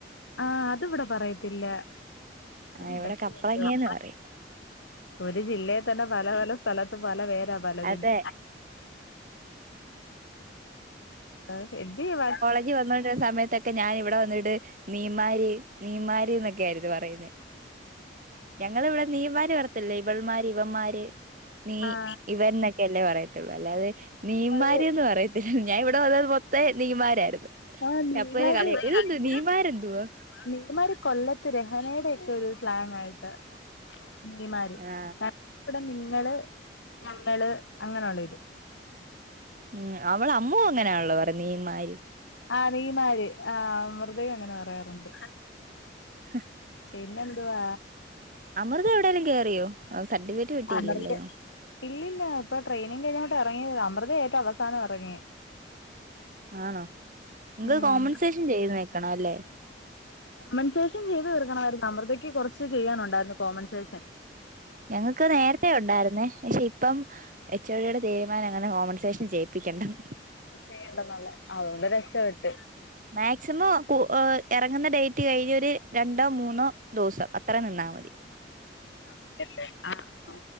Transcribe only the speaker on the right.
ആ
ഇവിടെ കപ്പളങ്ങേന്ന് പറയും
അതെ
ഇയ്യ് വന്നുടനെ സമയത്തൊക്കെ ഞൻ ഇവിടെ വന്നിട്ട് നീമാരി നീമാരിക് ക്കായിരുന്നു പറയുന്നെ, ഞങ്ങളിവിടെ നീ മാര് പറത്തല്ല, ഇവൾമാര് ഇവന്മാര് നീ
ഇവൻ ന്നൊക്കെയല്ലേ പറയത്തൊള്ളൂ, അല്ലാതെ നീമാര്
ന്ന് പറയ ട്ട് ഞാൻ ഞാൻ ഇവിടെ വന്നന്ന് മൊത്തം നീമാരായിരുന്നു
അപ്പൂന് കളിയാക്കും ഇതെന്തുവാ നീമാരെന്തുവാ
ആ
ഉം അവളമ്മൂ അങ്ങനാണള്ളോ പറ നീമാര്
ഹ
അമൃത എവിടേലും കേറിയോ, അതോ സർട്ടിഫിക്കറ്റ് കിട്ടിയില്ലല്ലയോ
ആണോ നിങ്ക്
കോമൻസേഷൻ ചെയ്ത് നിക്കണ അല്ലേ
ഞങ്ങക്ക് നേരത്തെ ഉണ്ടായിരുന്നേ.. പക്ഷെ ഇപ്പം എച്ച് ഒ ഡി യുടെ തീരുമാനം അങ്ങനെ കോമ്മൻസേഷൻ ചെയ്യിപ്പിക്കണ്ടന്ന്
മേക്സിമം കു എ റങ്ങുന്ന ഡേറ്റ് കഴിഞ്ഞൊര് രണ്ടോ മൂന്നോ. ട്ടൂസം അത്ര നിന്നാ മതി.